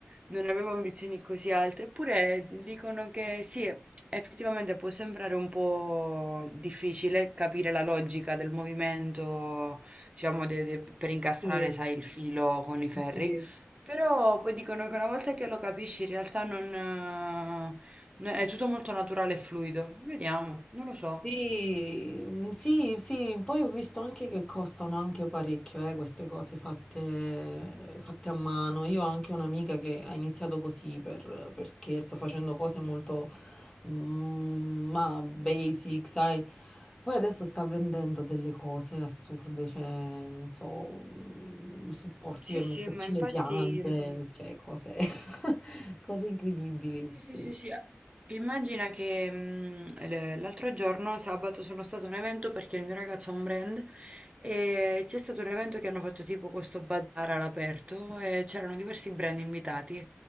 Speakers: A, on the right; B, on the left.
A: non avevo ambizioni così alte, eppure dicono che sì, effettivamente può sembrare un po' difficile capire la logica del movimento, diciamo, de- de- per incastrare,
B: sì,
A: sai, il filo con
B: sì.
A: i ferri,
B: sì.
A: però poi dicono che una volta che lo capisci in realtà non, eh, no- è tutto molto naturale e fluido. Vediamo, non lo so.
B: Sì, mm, sì, sì, poi ho visto anche che costano anche parecchio, eh, queste cose fatte, fatte a mano. Io ho anche un'amica che ha iniziato così per, per scherzo, facendo cose molto, mm, ma basic, sai. Poi adesso sta vendendo delle cose assurde, cioè, non so, mm, supporti
A: Sì,
B: per
A: sì,
B: metterci
A: ma infatti...
B: le piante,
A: mm,
B: cioè cose, <laughs> cose incredibili.
A: Sì, sì,
B: Sì.
A: sì, sì. Immagina che mh, l- l'altro giorno, sabato, sono stato a un evento perché il mio ragazzo ha un brand e c'è stato un evento che hanno fatto tipo questo bazar all'aperto e c'erano diversi brand invitati